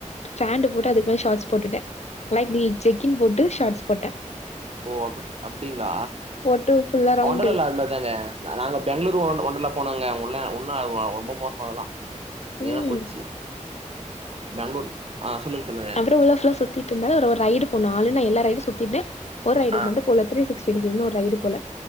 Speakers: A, on the left (about 60°); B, on the right (about 50°).
A: ஃபேண்ட போட்டு அதுக்கு மேல ஷாட்ஸ் போட்டுட்ட லைக் நீ ஜெக்கின் போட்டு ஷாட்ஸ் போட்ட
B: ஓ அப் அப்டீங்ளா
A: போட்டு ஃபுல்லா ரவுண்டு
B: ஒண்டர்லால அது மாரி அதாங்க நாங்க பெங்ளூர் ஒ ஒண்டர்லா போனோங்க அங்குள்ள ஒன்ன ரொம்ப மோசோ அதெல்லா நீங்க
A: ம்
B: கொச்சி பெங்ளூர் ஆ சொல்லுங்க சொல்லுங்க
A: அப்ரோ உள்ள ஃபுல்லா சுத்தீட்டு இருந்தாளா அதுல ஒரு ரைடு போனோ ஆல்ரெடி நா எல்லா ரைடும் சுத்திட்ட ஒரு ரைடுக்
B: ஆ
A: மட்டு போல த்ரீ சிக்ஸ்டி டிகிரினு ஒரு ரைடு போல